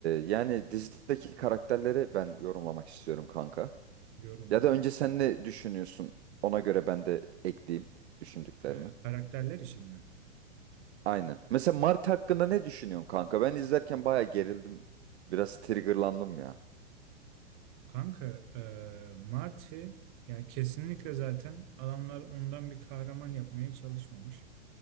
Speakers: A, on the right; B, on the right.
A: yani dizideki karakterleri ben yorumlamak istiyorum kanka.
B: Yorumla
A: Ya da
B: karakterleri.
A: önce sen ne düşünüyorsun? Ona göre ben de ekleyeyim düşündüklerimi.
B: Ee, karakterler için mi?
A: Aynen. Mesela Mart hakkında ne düşünüyorsun kanka? Ben izlerken bayağı gerildim. Biraz triggerlandım ya.
B: Kanka ee, Marty yani kesinlikle zaten adamlar ondan bir kahraman yapmaya çalışmamış.